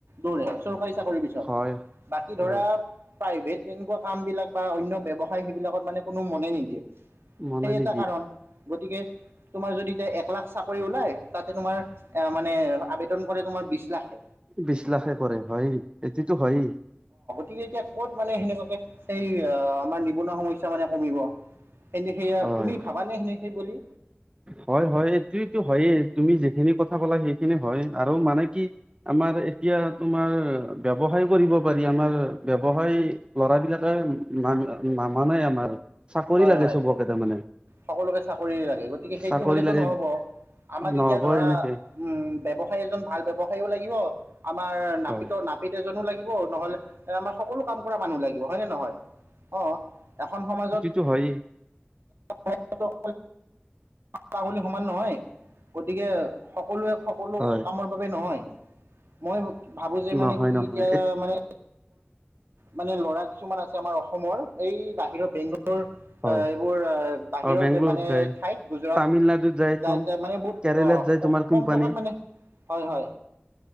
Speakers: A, on the right (about 70°); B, on the right (about 25°).
A: দৌৰে চৰকাৰী চাকৰি পিছত।
B: হয়
A: বাকী ধৰাআ
B: হয়
A: প্ৰাইভেট তেনেকুৱা কাম বিলাক বা অন্য ব্যৱসায় সেইবিলাকত মানে কোনো মনে নিদিয়ে
B: মন
A: সেই
B: ন
A: এটা
B: <unintelligible>
A: কাৰণ। গতিকে তোমাৰ যদি এক লাখ চাকৰি ওলাই তাতে তোমাৰ এ মানে আবেদন কৰে তোমাৰ বিশ লাখে
B: বিশ লাখে কৰে হয় এইটোতো হয়
A: ঠিক এতিয়া ক'ত মানে সেনেকুৱাকে সেই আমাৰ নিবনুৱা সমস্যা মানে কমিব এনে সেয়া
B: হয়
A: তুমি ভাবানে হেনেকে বুলি?
B: হয় হয়, এইটোয়েটো হয়েই। তুমি যিখিনি কথা কলা সেইখিনি হয় আৰু মানে কি আমাৰ এতিয়া তোমাৰ ব্যৱসায় কৰিব পাৰি আমাৰ ব্যৱসায় লৰাবলাকে নাম নামানাই আমাৰ। চাকৰি
A: হয়
B: লাগে
A: হয়
B: চবকে তাৰমানে
A: সকলোকে চাকৰিয়ে লাগে গতিকে সেইটো
B: চাকৰি
A: হলেতো
B: লাগে
A: নহব আমাক
B: নহ'ব
A: এতিয়া ধৰা
B: এনেকে
A: উম ব্যৱসায়ী এজন ভাল ব্যৱসায়ীও লাগিব। আমাৰ নাপিতৰ,
B: হয়
A: নাপিত এজনো লাগি নহলে আমাৰ সকলো কাম কৰা মানুহ লাগিব হয় নে নহয় অ এখন সমাজত
B: সেইটো হয়েই।
A: পাঁচটা আঙুলি সমান নহয় গতিকে সকলোৱে সকলো
B: হয়
A: কামৰ বাবে নহয়। মই ভাবো যে মানে
B: নহয়
A: কি
B: নহয়
A: এতিয়া
B: এত-
A: মানে মানে লৰা কিছুমান আছে আমাৰ অসমৰ এই বাহিৰৰ বেংগল বোৰ
B: হয়
A: এইবোৰ বাহিৰত
B: অ বেংগলৰুত
A: মানে
B: যায়
A: ঠাইত গুজৰাট
B: তামিলনাডুত যায়
A: যাই
B: তো
A: যাই মানে বহুত
B: কেৰেলাত
A: অ
B: যায় তোমাৰ কোম্পানী
A: কম টকাত মানে হয় হয়